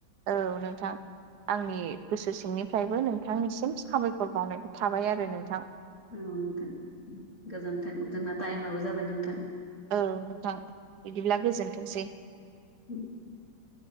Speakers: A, on the right (about 60°); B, on the left (about 35°).
A: औ नोंथां। आंनि गोसो सिंनिफ्रायबो नोंथांनिसिम साबायखर बावनायखौ थाबाय आरो नोंथां।
B: औ नोंथां गोजोन्थों जोंना टाइमाबो जाबाय नोंथां।
A: औ नोंथां बिदिब्ला गोजोनथोंसै।
B: <inaudible>